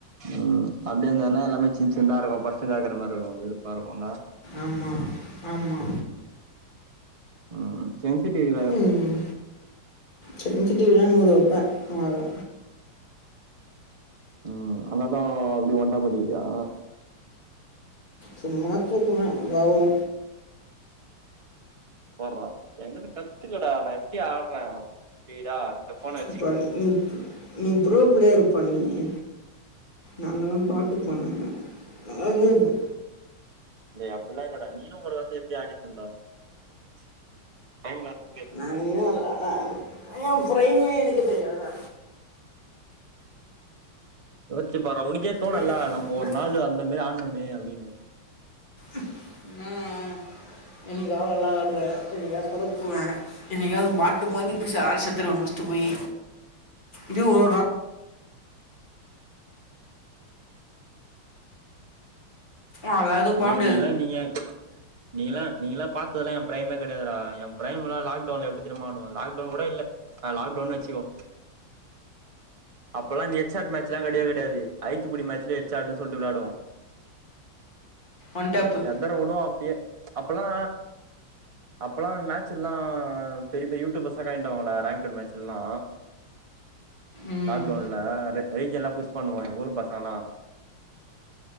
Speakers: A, on the right; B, on the left.
A: ம் அப்டியே இந்தான்னா எல்லாமே சின் சின்ந்தாருக்கு ஃபஸ்ட்டு தாக்கற மாரி இருக்கு வெறுப்பா இருக்குல
B: ஆமா ஆமா
A: ம் ம் சென்சிடிவ்வ
B: ம் சென்சிட்டிவ்னா நூரு வப்ப அவ்ளோதா
A: ம் அதனால்தா அப்டி ஒண்டா படிக்கிரியா
B: சும்மா தூக்குவ அப்டிலா இல்ல
A: பார்ட்றா எ கிட்டருந்து கத்துக்டா நா எப்டி ஆடுற ஸ்பீடா இந்த ஃபோன
B: <unintelligible>
A: வச்சுக்கினு
B: நீ நீ ப்ரோ பிளேயரு பா நீ நாங்கலா பாட்டுபானோங்க நானோ பா
A: டேய் அப்டீலா இல்லடா நீயு ஒரு காலத்துல எப்டி ஆடிட் இர்ந்தடா அப்டீயு ச்சீ டைம் என்னா இருக்கோ
B: நானு நீயு நல்லா தா ஆட்ணோ ஏ பிரைமே எனக்கு தெரியாதடா.
A: யோச்சி பார்ரா உனக்கே தோணோல
B: நான்
A: நம்ம ஒரு
B: நான்
A: நாளு அந்த மேரி ஆன்னோமே அப்டீனு
B: ம் ம் என்னிக்கா நல்லா வெளாடுவே என்னிக்கா சொதப்புவே என்னிக்காவது மாட்டும்போது பிஸால்செத்துருவ ஃபர்ஸ்ட்டு போயி லீவு ஒரு நாள் அதெல்லாம் எதுவும் பண்ண
A: டேய்
B: முடியாது
A: நீங்கலா நீங்க நீங்களா நீங்களால்ல பாத்ததெல்லா ஏ பிரைமே கெடையாதுடா எ ப்ரைமெல்லா லாக்டவுன்ல எப்டி எப்டீ தெரிமாடுவ லாக் டவுன் கூட இல்ல அ லாக்டவுனு வெச்சிக்கோ அப்பெல்லா இந்த ஹெச்சாட் மேட்சலா கெடையவே கெடையாது ஐச் சி புடி மேட்சலே ஹட்ச் ஆட்டன்டு சொல்ட்டு வெளாடுவோ
B: ஒண் டேப்பு
A: ஒதரவுடுவோ அப்டியே அப்பெல்லா அப்பெல்லா மேட்செல்லா பெரிய பெரிய யூடியூபர்ஸ்லா கணெக்ட்டாவாங்கடா ரேங்கட் மேட்செல்லா
B: ம்
A: லாக்டவுன்ல ரே ஐஜெல்லா புஷ் பண்ணுவே எங்க ஊர் பசங்கெல்லா